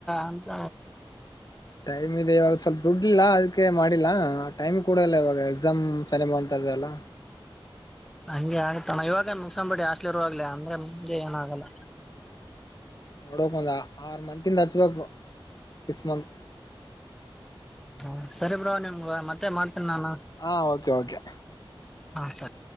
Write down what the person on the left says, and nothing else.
ಟೈಮ್ ಇದೆ ಇವಾಗ ಸ್ವಲ್ಪ ದುಡ್ಲಿಲ್ಲ ಅದಕ್ಕೆ ಮಾಡಿಲ್ಲಾ ಟೈಮ್ ಕೂಡ ಇಲ್ಲ ಇವಾಗ ಎಕ್ಸಾಮ್ ಸನ್ನಿ ಬಂತದೇ ಇಲ್ಲ.
ನೋಡಕ್ ಒಂದ ಆರ್ ಮಂತಿಂದ ಹಚ್ಬೇಕು ಸಿಕ್ಸ್ ಮಂತ್.
ಹಾ ಓಕೆ ಓಕೆ